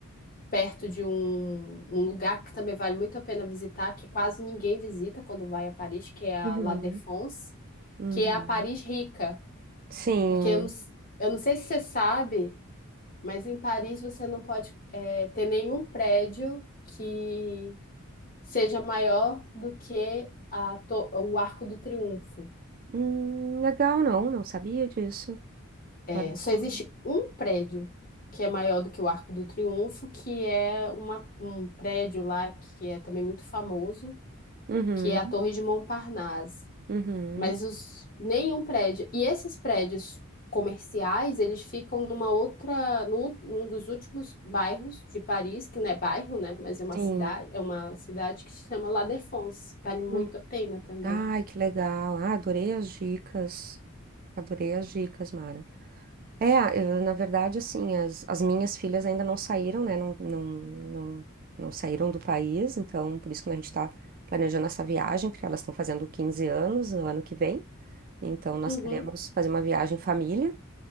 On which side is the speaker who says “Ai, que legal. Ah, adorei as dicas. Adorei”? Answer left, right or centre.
Right